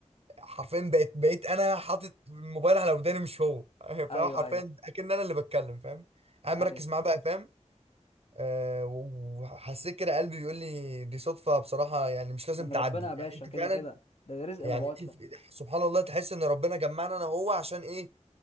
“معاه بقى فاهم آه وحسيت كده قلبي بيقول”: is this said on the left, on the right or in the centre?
Right